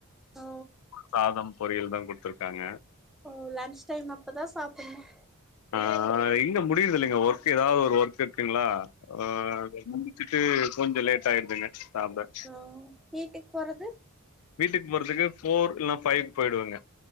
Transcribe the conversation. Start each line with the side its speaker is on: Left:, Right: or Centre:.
Centre: ஓ
Left: சாதம் பொரியல் தான் கொடுத்துருக்காங்க
Centre: ஓ லன்ச் டைம் அப்பதான் சாப்பிடணும்
Left: ஆ இன்னு முடியுறது இல்லைங்க ஒர்க் ஏதாவது ஒரு ஒர்க் இருக்குங்களா ஆ <unintelligible> கொஞ்சம் லேட் ஆயிடுதுங்க சாப்ட
Centre: ஆ வீட்டுக்கு போறது
Left: வீட்டுக்கு போறதுக்கு ஃபோர் இல்லாம் ஃபைவ்கு போயிடுவங்க